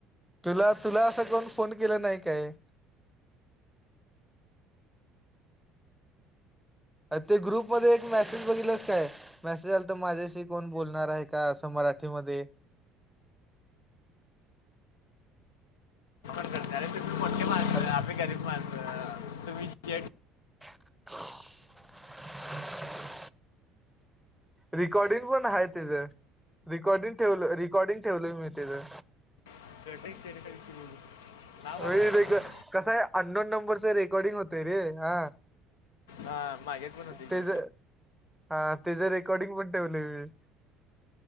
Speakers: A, in the centre; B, on the left (about 70°).
A: तुला तुला असा कोण फोन केला नाही काय? ते ग्रुप मध्ये एक मेसेज बघितलाच काय मेसेज आल तर माझ्याशी कोण बोलणार आहे का अस म मराठीमध्ये.
B: करणार तुम्ही मोठी माणसं
A: हॅलो
B: आम्ही गरीब माणसं तुमही ज
A: <unintelligible> रेिकॉर्डिंग पण आहे त्याच. रिकॉर्डिंग ठेवल रिकॉर्डिंग ठेवलं मी तीच.
B: <inaudible> नाव का
A: व
B: म्हणलं
A: रेक कस आहे अन्डोन नंबरच रेकॉर्डिंग होतय रे हा.
B: हा मागे पण होते
A: ते
B: की
A: ज हा ते जर एक रेकॉर्डिंग पण ठेवलय मी